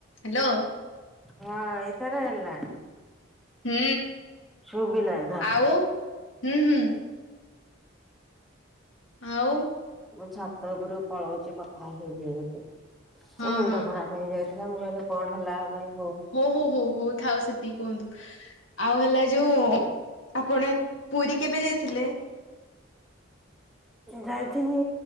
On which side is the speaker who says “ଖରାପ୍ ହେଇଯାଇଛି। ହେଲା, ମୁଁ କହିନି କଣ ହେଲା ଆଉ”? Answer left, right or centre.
Centre